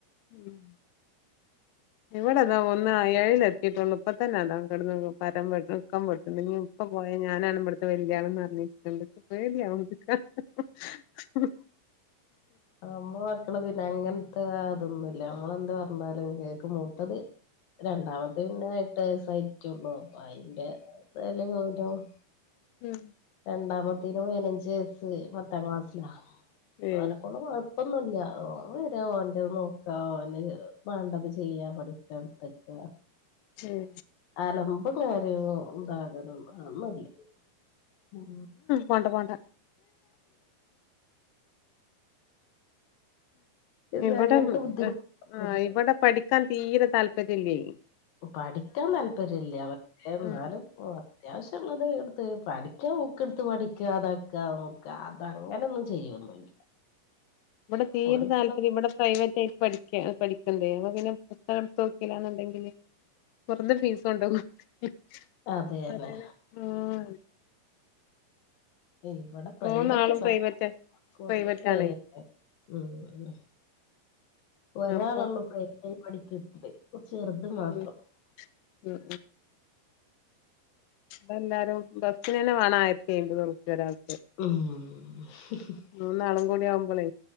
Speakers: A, on the left; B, on the left.
A: ഉം ഇവടെതാ ഒന്ന് ഏഴിലെത്തി യിട്ടൊള്ളൂ ഇപ്പ തന്നെ അതാ കെടന്ന് പരാൻ വെട്ട്ണ് ഇക്കം വെണ്ട് ണ് ഇഞ്ഞ് ഇപ്പ പോയ ഞാനാണ് ഇബട്‌ത്തെ വല്ല്യാള്ന്നറ്ഞ്ഞിരിക്ക്ണ്ട് ഇച്ച്‌ പേടിയാവ്ണ്ട് കേട്ടപ്പോ
B: ആഹ് നമ്മളെ മക്കള് പിന്നെ അങ്ങൻത്തെ ആ അതൊന്നും ഇല്ല നമ്മളെന്ത് പറഞ്ഞാലും കേക്കും മൂത്തത് രണ്ടാമത്തെ പിന്നെ എട്ട് വയസ്സായിറ്റൊള്ളൂ അപ്പൊ അതിന്റെ വല്ല്യ ഗൗരവും
A: ഉം
B: രണ്ടാമത്തേന് പതിനഞ്ച് വയസ്സ് പത്താം ക്ലാസ്സിലാ
A: ഏയ്
B: ഓനെ കൊണ്ട് കൊഴ പ്പൊന്നുല്ല ഓൻ വരാ ഓന്റെത് നോക്കാ ഓന് വേണ്ടത് ചെയ്യാ പഠിക്ക എടുത്തെക്ക
A: ഉം
B: അലമ്പും കാര്യങ്ങളോ ആ സാധനൊന്നും ഒന്നുല്ല്യ ഉം
A: പോണ്ടാ പോണ്ട
B: പിന്നെ
A: ഇവടെ
B: അങ്ങനത്തെ ബുദ്ധിമുട്ടൊന്നുല്ല
A: ആഹ് ഇബടെ പഠിക്കാൻ തീരെ താല്പര്യ ഇല്ലയിന്
B: പഠിക്കാൻ താല്പര്യല്ല്യ പക്ഷേ ഇന്നാലും
A: ഉം
B: അത്യാവിശ്യള്ളത് എടുത്ത് പഠിക്ക്ണ ബുക്ക് എടുത്ത് പഠിക്ക ഇതാക്കാ നോക്ക അതങ്ങനൊന്നും ചെയ്യൊന്നുല്ല
A: ഇബടെ തീരിം
B: ഓൽക്ക്
A: താല്പര്യംല്ല ഇവടെ പ്രൈവറ്റായി ട്ടാ പഠിക്ക പഠിക്ക്ണതേ അപ്പ പിന്നെ പുസ്തകം എടുത്ത് നോക്കിലാന്നുണ്ടെങ്കില് വെറുതെ ഫീസ് കൊണ്ടോയി കൊട്ക്കല്ലേ
B: അതന്നെ
A: ആഹ് അതാണ് ആഹ്
B: ഇവടെ പ്രൈവറ്റൊന്നുവല്ല
A: മൂന്നാളും പ്രൈവറ്റ്
B: സ്കുളില്
A: പ്രൈവറ്റ്
B: ഏഹേ
A: ആണേ
B: ഉം ഒരാളൊള്ളു
A: അപ്പൊ
B: പ്രവറ്റില് പടിക്ക്ന്നത് ചെറുത്
A: ഉം
B: മാത്രം
A: ഉം ഇപ്പെന്തായാലും ബസ്സിനന്നെ മാണം ആയിരത്തി എയ്ന്നൂറിപ്ല്യ ഒരാക്ക്
B: ഉം
A: മൂന്നാളും കൂടി ആവുമ്പളേ